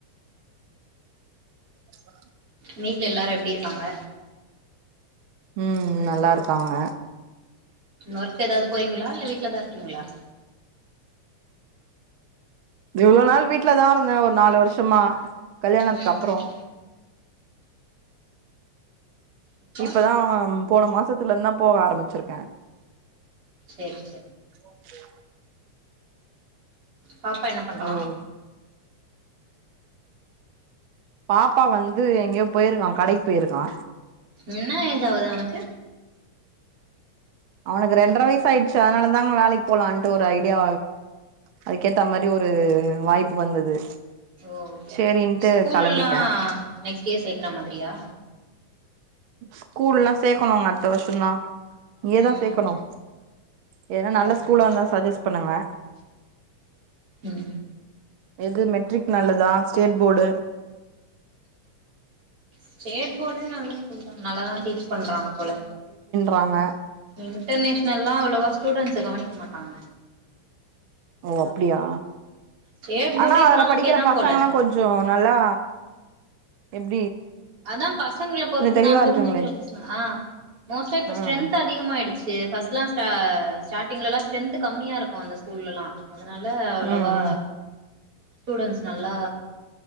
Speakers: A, on the right; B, on the right.
A: <unintelligible>
B: நீ ல எல்லாரு எப்டி இருக்காங்க
A: உம் நல்லா இருக்காங்க
B: ஒர்க் ஏதாவது போறீங்களா இல்ல வீட்லதா இருக் கீங்ளா
A: இவ்ளோ நாள் வீட்லதா இருந்தே ஒரு நாலு வருஷமா கல்யாணத்துக்கு
B: ம்
A: அப்றோ
B: ம் இப்போ
A: இப்பதா போன மாசத்துல இருந்துதா போக ஆரம்பிச்சிருக்கே
B: செரி
A: ஓகே
B: பாப்பா என்ன பண்றா
A: ஒரு பாப்பா வந்து எங்கேயோ போயிருக்கா கடைக்கி போயிருக்கா
B: என்ன ஏஜ் ஆவுது அவனுக்கு
A: அவனுக்கு ரெண்ட்ர வயசு ஆயிடுச்சு அதனாலதாங்க வேலைக்கு போலான்ட்டு ஒரு ஐடியா அதுக்கேத்தா மாரி ஒரு வாய்ப்பு வந்தது
B: ஓ
A: சேரின்ட்டு
B: ஸ்கூல்லா
A: கெளம்பிட்டே
B: நெக்ஸ்ட் இயர் சேக்கறா மாதிரியா
A: ஸ்கூல்லா சேக்கணுங்க அடுத்த வருஷந்தா இங்கயேதா
B: ம்
A: சேக்கணு எதுனா நல்ல
B: ஓகே
A: ஸ்கூலா இருந்தா
B: ஓகே
A: சஜஸ் பண்ணுங்க
B: உம்
A: எது மெட்ரிக் நல்லதா ஸ்டேட் போடு
B: ஸ்டேட் போர்டே நல்ல ஸ்கூல் தா நல்லாதா டீச் பண்றாங்க போல
A: றாங்க
B: இன்டர்நேஷ்னல்லா அவ்ளவா ஸ்டூடெண்ட்ஸ கவனிக்க மாட்டாங்க
A: ஓ அப்டியா
B: ஸ்டேட் போர்டே
A: ஆனா
B: இப்பல்லா
A: அதுல படிக்கிற
B: ஓகே தா
A: பசங்கலா‌
B: போல
A: கொஞ்சொ நல்லா எப்
B: அதா பசங்ள பொறுத்துதா
A: தெளிவா
B: புரிஞ்சுக்கிற
A: இருக்குங்களே
B: பசங் ஆ மோஸ்ட்டா இப்ப
A: ம்
B: ஸ்ட்ரென்த் அதிகமாயிடுச்சு ஃபஸ்ட்லா ஸ்டா ஸ்டாடிங்லல்லா ஸ்ட்ரென்த்து கம்மியா இருக்கு‌ அந்த ஸ்கூல்லல்லா அதுனால அவ்ளவா
A: ம் ம்
B: ஸ்டூடென்ஸ் நல்லா